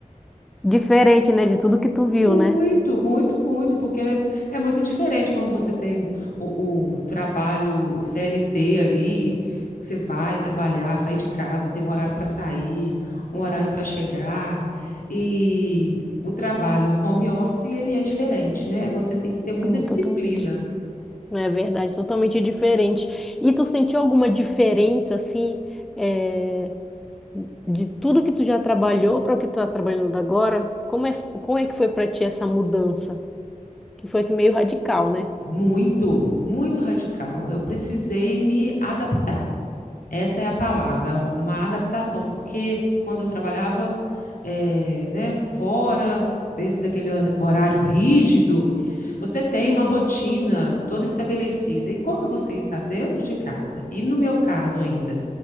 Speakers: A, in the centre; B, on the left.
A: diferente, né, de tudo que tu viu,
B: Muito,
A: né?
B: muito, muito, porque é é muito diferente quando você tem o, o trabalho, o CLT ali, que você vai trabalhar, sair de casa, tem um horário para sair, um horário para chegar, e o trabalho home office, ele é diferente, né? Você tem que ter muita
A: É,
B: disciplina,
A: totalmente. É verdade, totalmente diferente. E tu sentiu alguma diferença, assim, é, de tudo que tu já trabalhou para o que tu tá trabalhando agora? Como é, como é que foi para ti essa mudança? Que foi que meio radical, né?
B: muito, muito radical. Eu precisei me adaptar. Essa é a palavra, uma adaptação, porque quando eu trabalhava eh, né, fora, dentro daquele horário rígido, você tem uma rotina toda estabelecida. E quando você está dentro de casa, e no meu caso ainda,